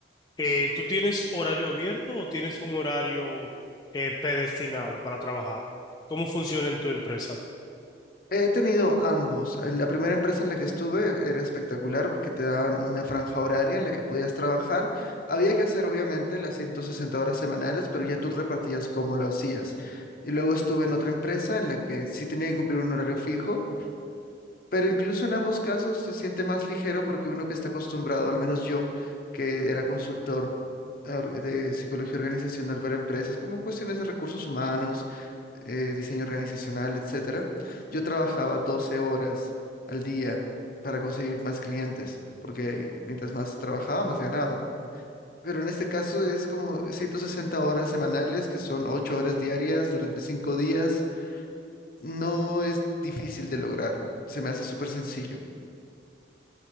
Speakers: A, on the left; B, on the left.
A: Eh, ¿tú tienes horario abierto o tienes un horario eh, predestinado para trabajar? ¿Cómo funciona en tu empresa?
B: He tenido ambos. En la primera empresa en la que estuve era espectacular porque te daban una franja horaria en la que podías trabajar. Había que hacer obviamente las 160 horas semanales, pero ya tú repartías cómo lo hacías. Y luego estuve en otra empresa en la que sí tenía que cumplir un horario fijo, pero incluso en ambos casos se siente más ligero porque uno que está acostumbrado, al menos yo, que era consultor or- de psicología organizacional para empresas, como cuestiones de recursos humanos, eh, diseño organizacional, etcétera, yo trabajaba 12 horas al día para conseguir más clientes, porque mientras más trabajaba, más ganaba. Pero en este caso es como 160 horas semanales, que son 8 horas diarias durante 5 días. No es difícil de lograr, se me hace súper sencillo.